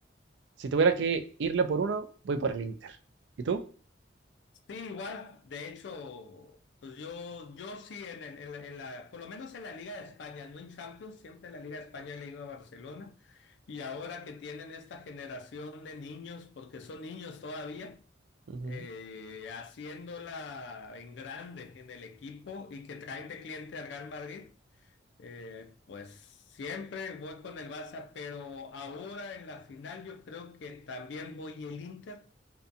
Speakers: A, on the right; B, on the left.
A: si tuviera que irle por uno, voy por el Inter. ¿Y tú?
B: Sí, igual, de hecho, pues yo, yo sí, en, el- en la, en la- por lo menos en la Liga de España, no en Champions, siempre en la Liga de España le he ido a Barcelona. Y ahora que tienen esta generación de niños, porque son niños todavía,
A: Ujú,
B: eh, haciéndola en grande en el equipo y que traen de cliente al Real Madrid, eh, pues siempre voy con el Barça, pero ahora en la final yo creo que también voy el Inter